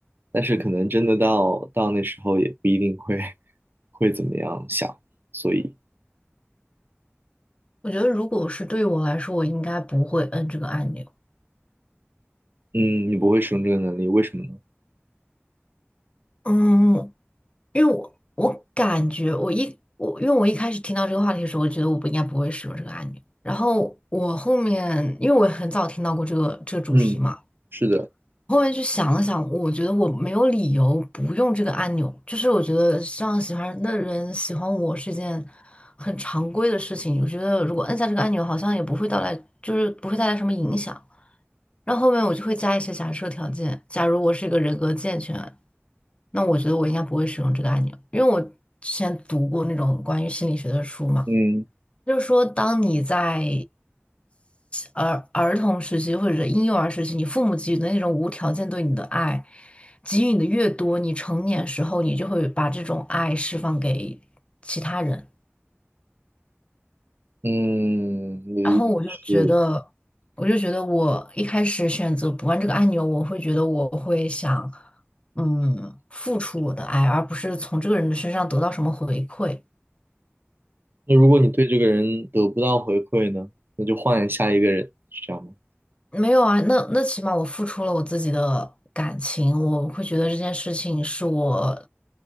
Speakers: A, on the right (about 50°); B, on the left (about 25°).
A: 但是可能真的到到那时候也不一定会 <laughs> 会怎么样想，所以，
B: 我觉得如果是对于我来说，我应该不会摁这个按钮。
A: 嗯，你不会使用这个能力，为什么呢？
B: 嗯，因为我我感觉我一我因为我一开始听到这个话题的时候，我觉得我不应该不会使用这个按钮。然后我后面因为我很早听到过这个这个主题嘛，
A: 嗯，是的，
B: 后面去想了想，我觉得我没有理由不用这个按钮。就是我觉得像喜欢的人喜欢我是一件很常规的事情。我觉得如果按下这个按钮，好像也不会带来，就是不会带来什么影响。然后后面我就会加一些假设条件。假如我是一个人格健全，那我觉得我应该不会使用这个按钮，因为我之前读过那种关于心理学的书嘛，
A: 嗯
B: 就是说当你在儿儿童时期或者是婴幼儿时期，你父母给予的那种无条件对你的爱，给予你的越多，你成年时候你就会把这种爱释放给其他人。
A: 嗯，你是。
B: 然后我就觉得，我就觉得我一开始选择不按这个按钮，我会觉得我会想，嗯，付出我的爱，而不是从这个人的身上得到什么回馈。
A: 那如果你对这个人得不到回馈呢，那就换下一个人，是这样吗？
B: 没有啊，那那起码我付出了我自己的感情，我会觉得这件事情是我